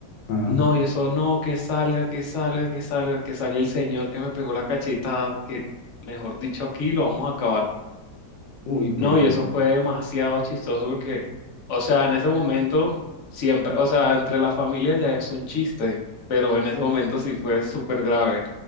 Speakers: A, on the left; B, on the left.
A: Ajá.
B: No, y eso no, que salga, que salga, que salga, que salga el señor que me pegó la cachetada, que mejor dicho, aquí lo vamos a acabar.
A: Uy, hijo
B: No,
A: de puta.
B: y eso fue demasiado chistoso porque, o sea, en ese momento, siempre, o sea, entre la familia ya es un chiste, pero en ese momento sí fue súper grave.